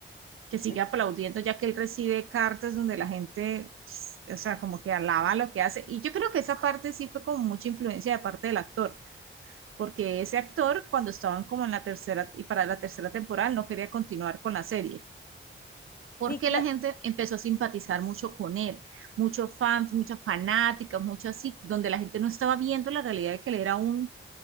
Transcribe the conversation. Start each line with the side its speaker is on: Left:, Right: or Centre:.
Right: que sigue
Left: Eh,
Right: aplaudiendo ya que él recibe cartas donde la gente, <sniffs> o sea, como que alaba lo que hace. Y yo creo que esa parte sí fue como mucha influencia de parte del actor, porque ese actor cuando estaban como en la tercera y para la tercera temporada él no quería continuar con la serie porque
Left: Sí, cla-
Right: la gente empezó a simpatizar mucho con él, muchos fans, muchas fanáticas, mucho así, donde la gente no estaba viendo la realidad de que él era un,